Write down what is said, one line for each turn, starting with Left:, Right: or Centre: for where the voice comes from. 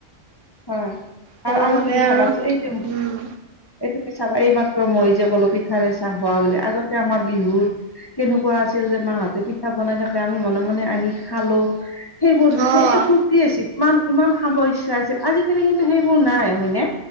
Left: হয়
Right: ক'ব
Left: আৰু আৰু
Right: গ'লে
Left: তুমি চাবাছ এই যে
Right: উম।
Left: এইটো পিঠা আমাৰ এই মাত্ৰ মই যে ক'লো পিঠাৰে চাহ খোৱা বুলি, আগতে আমাৰ বিহুত কেনেকুৱা আছিল, যে মাহঁতে পিঠা বনাই থাকে আমি মনে মনে আনি খালো সেইবোৰ
Right: অ',
Left: যে সেই এটা ফুৰ্তি আছিল, ইমান ইমান খাব ইচ্ছা আ আজিকালি কিন্তু সেইবোৰ নাই হয়নে?